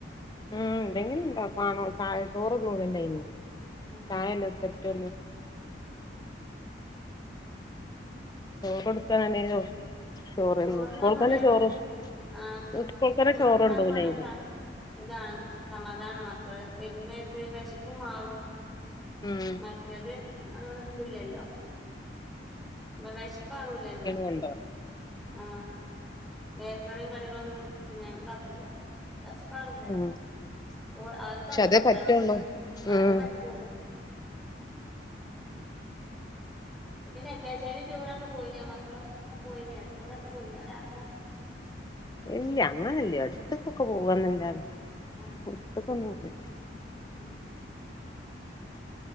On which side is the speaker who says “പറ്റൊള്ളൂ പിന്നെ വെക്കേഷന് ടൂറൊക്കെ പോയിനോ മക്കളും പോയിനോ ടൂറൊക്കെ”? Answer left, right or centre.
Centre